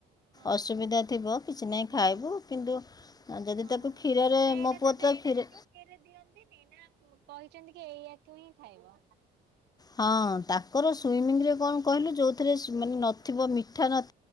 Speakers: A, on the right; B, on the left.
A: ହଁ
B: ଅସୁବିଧା ଥିବ କିଛି ନାହିଁ
A: ହଁ
B: ଖାଇବୁ କିନ୍ତୁ ଯଦି
A: ହଁ
B: ତାକୁ କ୍ଷୀରରେ
A: ନା ଏଇଟା
B: ମୋ
A: ତାଙ୍କ
B: ପୁଅ ତ କ୍ଷୀର
A: ଦିଅନ୍ତିନି ନା କହିଛନ୍ତି କି ଏଇଆାକୁ ହିଁ ଖାଇବ।
B: ହଁ ତାଙ୍କର ସୁଇମିଂ ରେ କଣ କହିଲୁ ଯୋଉଥିରେ ମାନେ ନଥିବ ମିଠା ନ